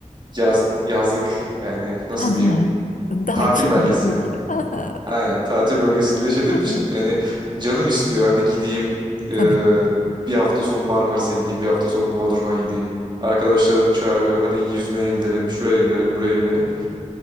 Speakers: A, on the right; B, on the left.
A: yaz yazlık yani nasıl
B: Hı hı.
A: diyeyim
B: Daha
A: tatil
B: chill
A: beldesinde.
B: bir bölge. Hı hı.
A: Aynen tatil bölgesinde yaşadığım
B: Hı
A: için
B: hı.
A: yani canım istiyor hani gideyim
B: Tabii.
A: e, bir hafta sonu Marmaris'e gideyim bir hafta sonu Bodrum'a gideyim. Arkadaşlarım çağırıyor hadi yüzmeye gidelim şuraya gidelim buraya gidelim.